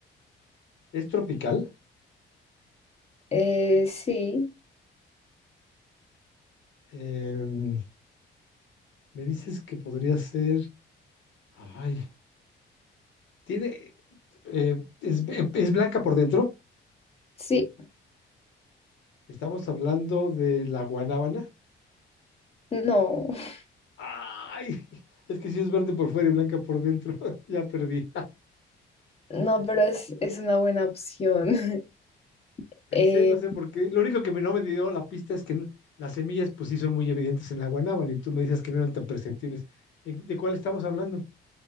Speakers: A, on the left (about 70°); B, on the left (about 30°).
A: Es tropical.
B: Eh, sí,
A: Em, me dices que podría ser, ay, tiene, eh, es, eh, es blanca por dentro.
B: sí,
A: Estamos hablando de la guanábana.
B: no, <laughs>
A: Ay, <laughs> es que sí es verde por fuera y blanca por dentro. <laughs> Ya perdí.
B: no, pero es, es una buena opción. <laughs>
A: Pensé,
B: Eh,
A: no sé por qué. Lo único que me, no me dio la pista es que no- las semillas, pues sí, son muy evidentes en la guanábana y tú me dices que no eran tan perceptibles. ¿En- ¿De cuál estamos hablando?